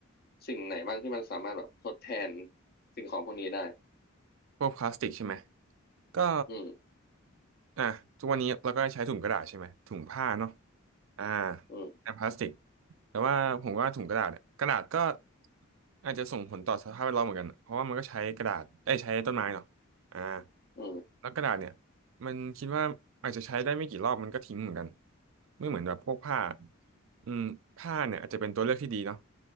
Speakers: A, on the left (about 45°); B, on the right (about 70°).
A: สิ่งไหนบ้างที่มันสามารถแบบทดแทนสิ่งของพวกนี้ได้
B: พวกพลาสติกใช่ไหมก็
A: อืม
B: อ่ะทุกวันนี้เราก็ใช้ถุงกระดาษใช่ไหมถุงผ้าเนาะอ่า
A: อืม
B: แทนพลาสติกแต่ว่าผมว่าถุงกระดาษเนี่ยกระดาษก็อาจจะส่งผลต่อสภาพแวดล้อมเหมือนกันเพราะว่ามันก็ใช้กระดาษได้ยใช้ต้นไม้เนาะอ่า
A: อืม
B: แล้วกระดาษเนี่ยมันคิดว่าอาจจะใช้ได้ไม่กี่รอบมันก็ทิ้งเหมือนกันไม่เหมือนแบบพวกผ้าอืมผ้าเนี่ยอาจจะเป็นตัวเลือกที่ดีเนาะ